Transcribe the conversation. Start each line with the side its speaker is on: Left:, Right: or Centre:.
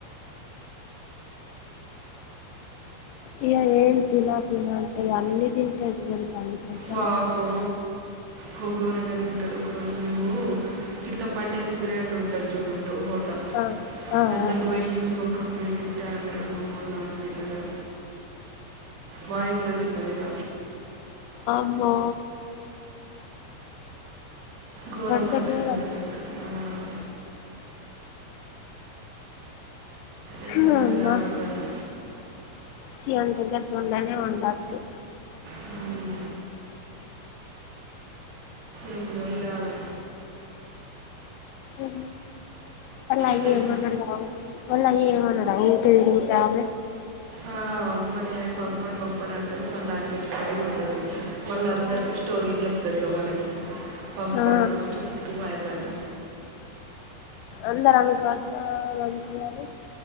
Left: ఇగ ఏం తిన తిన అంటే ఇగ అన్ని తింటది తెలుసా అసలు
Right: వామ్మో గో ఘోరంగా తింటది ఒకరోజు మేము గిట్ల పటేల్స్ గ్రాండ్ ఉంటది చూడు అటు హోటల్
Left: ఆ ఆ
Right: అండ్లకు
Left: ఆ
Right: వొయ్యి
Left: ఆ
Right: మేము ఒక్క ప్లేటు తిం టే ఆమె రెండు మూడు నాలుగు తిన్నదే మాయి గూడ తిన్నది ఇగ.
Left: మ్మో
Right: ఘోరం
Left: గంత
Right: అంటే
Left: గోరమా
Right: ఘోరం తింటది మ్మ్ ఎట్లనో
Left: మ్హ్ అమ్మా
Right: ఇక ఆమెతోని
Left: చీ <unintelligible> ఉండనే ఉండద్దు
Right: మ్మూ ఎం వెయగావే
Left: అ అల్లా అయ్య
Right: పెళ్ళి
Left: ఏమన్నడు‌ గావచ్చు వాళ్ళ అయ్య ఏమనడా ఇంత తింటామే
Right: ఆ మా డాడీ పంపడు పంపడు అంటది మళ్ళ అన్నిటి కాడికి పోతది. మళ్ళ అందరికీ స్టోరీలు చెప్తది ఇగ మనకి. పంపడు
Left: ఆ
Right: స్టిక్టు అయి బని
Left: అందరనుకోద్ద మంచిదని